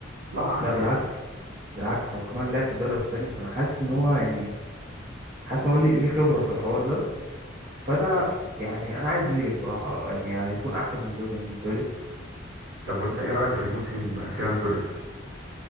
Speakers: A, on the right; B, on the right.
A: الله اعلم
B: لا بالعكس
A: يعني
B: بالعكس هو كمان لعب في الدوري الاسباني فانا حاسس ان هو يعني حاسس ان هو ليه ليه خبره في الحوار ده فانا يعني انا عايزه يجي بصراحه يعني هيكون احسن من ديونج بالنسبه لي
A: طب وانت ايه رأيك في موسم فيران توريس